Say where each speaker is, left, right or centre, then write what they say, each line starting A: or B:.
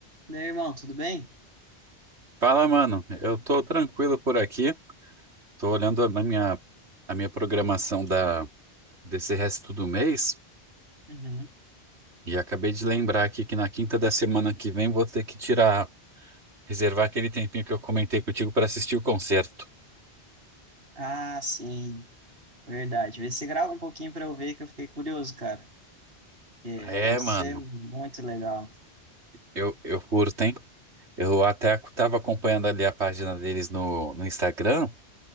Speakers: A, on the right; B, on the right.
A: Daí, irmão, tudo bem?
B: Fala, mano. Eu tô tranquilo por aqui. Tô olhando a a minha, a minha programação da, desse resto do mês
A: Uhum.
B: e acabei de lembrar aqui que na quinta da semana que vem vou ter que tirar, reservar aquele tempinho que eu comentei contigo pra assistir o concerto.
A: Ah, sim, verdade. Vê se grava um pouquinho pra eu ver que eu fiquei curioso, cara. É,
B: É,
A: deve ser
B: mano.
A: muito legal.
B: Eu, eu curto, hein? Eu até tava acompanhando ali a página deles no, no Instagram.